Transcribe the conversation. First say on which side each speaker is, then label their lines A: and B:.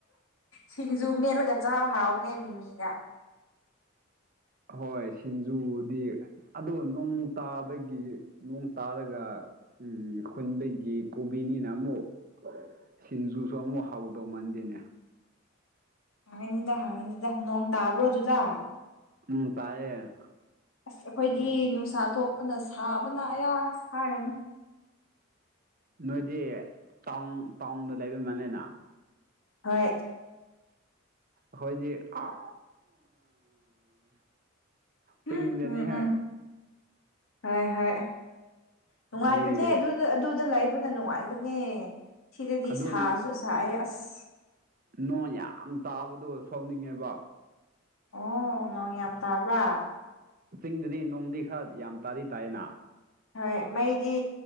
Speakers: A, on the left; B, on the right.
A: ꯁꯤꯡꯖꯨ ꯃꯦꯠꯂꯒ ꯆꯥꯎ ꯍꯥꯎꯕꯅꯦ ꯃꯤꯃꯤꯒ꯫
B: ꯍꯣꯏ ꯁꯤꯟꯖꯨꯕꯨꯗꯤ, ꯑꯗꯣ ꯅꯣꯡ ꯇꯥꯕꯒꯤ ꯅꯣꯡ ꯇꯥꯔꯒ, ꯎꯝ ꯈꯨꯟꯗꯒꯤ ꯀꯣꯕꯤꯅꯤꯅ ꯑꯃꯨꯛ ꯁꯤꯟꯖꯨꯁꯨ ꯑꯃꯨꯛ ꯍꯥꯎꯗꯧ ꯃꯟꯗꯦꯅꯦ꯫
A: ꯍꯥꯎꯒꯅꯤꯗ ꯍꯥꯎꯒꯅꯤꯗ ꯅꯣꯡ ꯇꯥꯕ꯭ꯔꯣ ꯑꯗꯨꯗ꯫
B: ꯎꯝ ꯇꯥꯌꯦ꯫
A: ꯑꯁ ꯑꯩꯈꯣꯏꯗꯤ ꯅꯨꯡꯁꯥ ꯊꯣꯛꯄꯅ ꯁꯥꯕꯅ ꯑꯌꯥ ꯍꯥꯏꯔꯅꯨ꯫
B: ꯅꯣꯏꯗꯤ ꯇꯥꯎꯟ ꯇꯥꯎꯟꯗ ꯂꯩꯕꯃꯜꯂꯦꯅ꯫
A: ꯍꯣꯏ꯫
B: ꯈꯣꯏꯗꯤ ꯑꯥ ꯆꯤꯡꯗꯅꯤꯍꯦ
A: ꯎꯝ ꯎꯝ ꯎꯝ ꯍꯣꯏ ꯍꯣꯏ ꯅꯨꯡꯉꯥꯏꯕꯅꯦ
B: ꯑꯗꯨꯒꯤ
A: ꯑꯗꯨ ꯑꯗꯨꯗ ꯂꯩꯕꯅ ꯅꯨꯡꯉꯥꯏꯕꯅꯦ ꯁꯤꯗꯗꯤ
B: ꯑꯗꯨ
A: ꯁꯥꯁꯨ ꯁꯥꯏ ꯑꯁ꯫
B: ꯅꯣꯡ ꯌꯥꯝ ꯇꯥꯕꯗꯣ ꯁꯥꯎꯅꯤꯡꯉꯦꯕ꯫
A: ꯑꯣ ꯅꯣꯡ ꯌꯥꯝ ꯇꯥꯕ꯭ꯔꯥ?
B: ꯆꯤꯡꯗꯗꯤ ꯅꯣꯡꯗꯤ ꯈꯔ ꯌꯥꯝ ꯇꯥꯗꯤ ꯇꯥꯏꯌꯦꯅ꯫
A: ꯍꯣꯏ ꯃꯩꯗꯤ